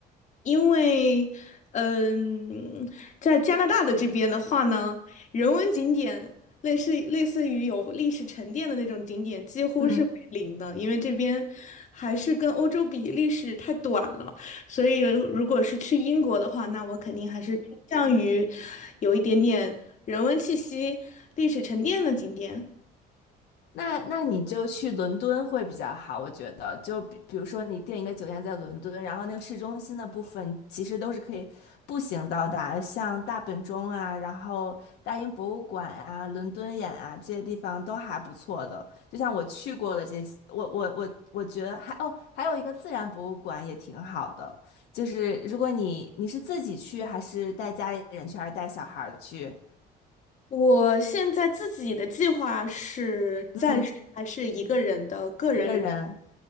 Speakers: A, on the left; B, on the left.
A: 因为，嗯，在加拿大的这边的话呢，人文景点类似类似于有历史沉淀的那种景点，几乎是为零的，
B: 嗯。
A: 因为这边还是跟欧洲比，历史太短了。所以，如果是去英国的话，那我肯定还是倾向于有一点点人文气息、历史沉淀的景点。
B: 那那你就去伦敦会比较好，我觉得。就比比如说，你订一个酒店在伦敦，然后那个市中心的部分其实都是可以步行到达，像大本钟啊，然后大英博物馆啊、伦敦眼啊这些地方都还不错的。就像我去过的这些，我我我我觉得还哦，还有一个自然博物馆也挺好的。就是如果你你是自己去，还是带家里人去，还是带小孩儿去？
A: 我现在自己的计划是暂时还是一个人的个人旅。
B: 嗯，一个人。